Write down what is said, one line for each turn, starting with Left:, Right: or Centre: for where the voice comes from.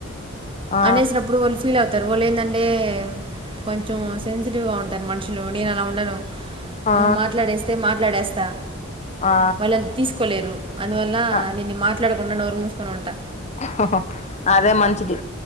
Left: ఆ
Right: అనేసినప్పుడు వాళ్ళు ఫీల్ అవుతారు. వాళ్లు ఏందం అంటే కొంచెం సెన్సిటివ్ గా ఉంటారు మనుషులు నేను అలా ఉండను
Left: ఆ
Right: నేను మాట్లాడేస్తే మాట్లాడేస్తా
Left: ఆ
Right: వాళ్ళు అది తీసుకోలేరు అందువల్ల
Left: ఆ
Right: నేను మాట్లాడకుండా నోరు మూసుకొని ఉంటా
Left: సింహ అదే మ మంచిది.